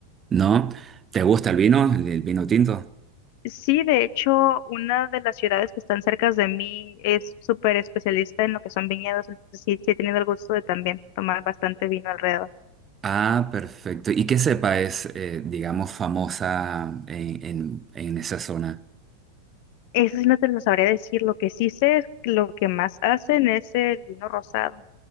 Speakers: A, on the right (about 20°); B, on the left (about 45°).
A: ¿No? ¿Te gusta el vino, el el vino tinto?
B: Sí, de hecho, una de las ciudades que están cerca de mí es súper especialista en lo que son viñedos, entonces sí, sí he tenido el gusto de también tomar bastante vino alrededor.
A: Ah, perfecto. ¿Y qué cepa es, eh, digamos, famosa en, en- en esa zona?
B: Eso sí no te lo sabría decir. Lo que sí sé, es que lo que más hacen es el vino rosado.